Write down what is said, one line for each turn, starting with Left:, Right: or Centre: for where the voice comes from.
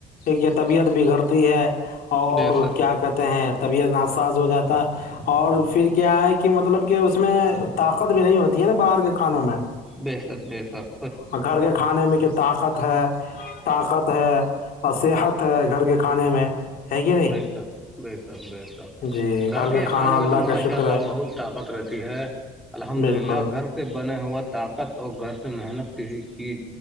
Left: کہ طبیعت بگڑتی ہے اور
Centre: بے شک
Left: کیا کہتے ہیں طبیعت ناسااز ہو جاتا اور پھر کیا ہے کہ مطلب کہ کہ اس میں طاقت بھی نہیں ہوتی ہے نا باہر کے کھانوں میں
Centre: بے سک بے سک
Left: اور گھر کے کھانے میں کہ طاقت ہے طاقت ہے اور صحت ہے گھر کے کھانے میں ہے کہ نہیں
Centre: بے سک بے سک بے سک
Left: جی
Centre: گھر
Left: کا
Centre: کے
Left: کھانا
Centre: کھانے
Left: اللہ
Centre: میں تو
Left: کا
Centre: ماشاء
Left: شکر
Centre: اللہ
Left: ہے
Centre: بہت طاقت رہتی ہے الحمد
Left: بالکل
Centre: للہ گھر سے بنے ہوا طاقت اور گھر سے محنت کی ہوئی چیز